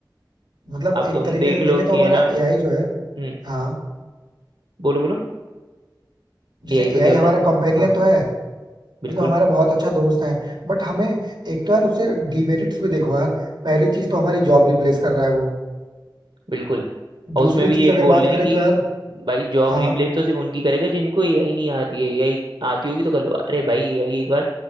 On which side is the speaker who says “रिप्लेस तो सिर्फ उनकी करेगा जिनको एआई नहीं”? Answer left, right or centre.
Right